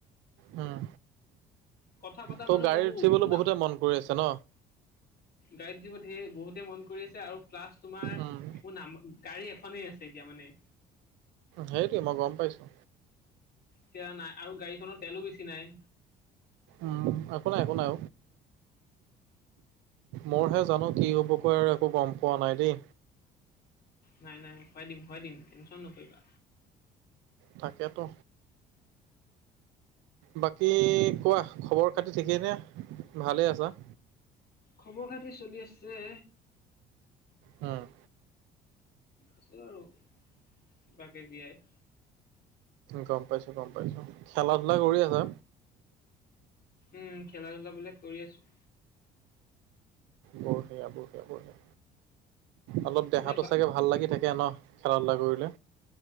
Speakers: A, on the right; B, on the left.
A: উম,
B: কথা পতা
A: তৌ
B: মানুহ
A: গাড়ীত
B: বহুত
A: উঠিবলৈ
B: মোৰ নাম
A: বহুতে মন কৰি আছে ন।
B: গাৰিত উঠিব সে বহুতে মন কৰি আছে আৰু প্লাছ তোমাৰ,
A: উম
B: মোৰ নাম গাড়ী এখনেই আছে এতিয়া মানে।
A: সেইটোৱে মই গম পাইছো।
B: এতিয়া নাই, আৰু গাড়ীখনৰ তেলো বেছি নাই।
A: উম, একো নাই-একো নাই। মোৰহে জানো কি হ'ব কৈ আৰু একো গম পোৱা নাই দেই।
B: নাই-নাই হোৱাই দিম - হোৱাই দিম, টেনশন নকৰিবা।
A: তাকেতো। বাকী কোৱা খবৰ খাতি ঠিকেইনে ভালে আছা?
B: খবৰ-খাতি চলি আছে।
A: উম,
B: আছো আৰু কিবাকে জীয়াই।
A: গম পাইছো-গম পাইছো খেলা ধূলা কৰি আছা?
B: উম, খেলা-ধূলাাবলাক কৰি আছো।
A: বঢ়িয়া - বঢ়িয়া - বঢ়িয়া। অলপ দেহাতটো
B: নে বা
A: চাগে ভাল লাগি থাকে ন খেলা ধূলা কৰিলে?